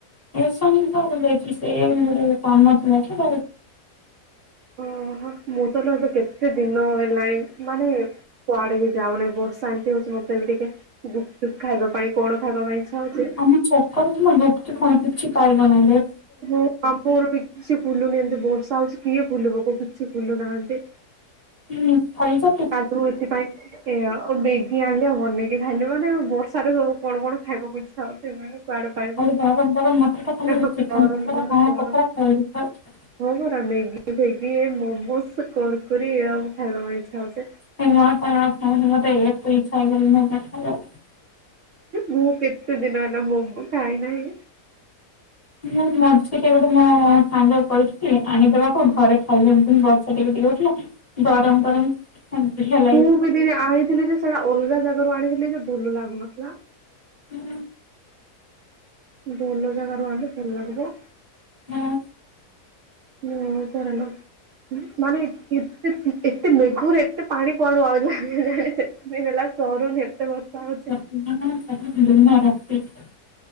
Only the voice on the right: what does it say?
ଓ ହୋ ମୁଁ ତହଲେ ଏବେ କେତେ ଦିନ ହେଲାଣି ମାନେ କୁଆଡେ ବି ଯାଉନି ବହୁତ ଶାନ୍ତି ହଉଛି ମତେ ବି ଟିକେ ଗୁପ ଚୁପ୍ ଖାଇବା ପାଇଁ କଣ ଖାଇବା ପାଇଁ ଇଚ୍ଛା ହଉଛି?
ମୁଁ ଆମ୍ପା ର କିଛି ଫୁଲ ନି ବୋରସଆ ହଉଛି କିଏ ଫୁଲ ବ କିଛି ଫୁଲ ନାନ୍ତି।
ତାର ମୁ ଏଥିପାଇଁ ଏ ଆଉ ବେକି ଆଣିଲି ଆଉ ବନେଇକି ଖାଇଲି ମାନେ ବର୍ଷାରେ ସବୁ କଣ କଣ ଖାଇବାକୁଇ୍ଛା ହଉଛି। କୁଆଡେ ପାଇବୁର
କଣ
ମାନେ କଣ
ହଁ ପରା ମେଗି ଭେଗୀ ଏ ମମୋସ କର କରୀ ଆଉ ଖାଇବା ପାଇଁ ଇ୍ଛା ହଉଛେ।
ମୁଁ କେତେ ଦିନ ହେଲା ମମୁ ଖାଇନାହିଁ।
ମୁଁ ବି ଦିନେ ଆଣିଥିଲି ଯେ ସେଟା ଅଲଗା ଜାଗାରୁ ଆଣିଥିଲି ଯେ ଭଲ ଲାଗୁନଥିଲା।
ଭଲ ଜାଗା ରୁହନ୍ତୁ ଭଲ ଲାଗିବ।
ମୁଁ କର ଲୋ ମାନେ ଏତେ ଏତେ ମେଘରେ ଏତେ ପାଣି କୁଆଡୁ ଆଉଲା। ମେ ରେଲା ସରୁନି ଏତେ ବର୍ଷା ହେଉଚି।